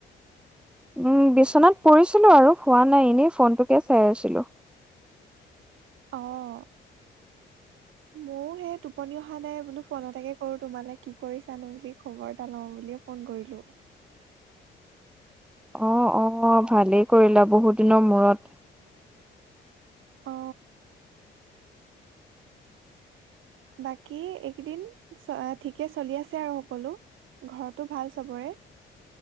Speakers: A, in the centre; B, on the right (about 85°).
A: উম বিছনাত পৰিছিলো আৰু শোৱা নাই এনে ফোনটোকে চাই আছিলো।
B: অ', মোৰ মোৰ সেই টোপনি অহা নাই বোলো ফোন এটাকে কৰো তোমালে কি কৰিছানো, কি খবৰ এটা লওঁ বুলিয়ে ফোন কৰিলো।
A: অ', অ', ভালে কৰিলা বহুত দিনৰ মূৰত।
B: অ বাকী এইকেদিন অ', ঠিকে চলি আছে আৰু সকলো, ঘৰটো ভাল চবৰে।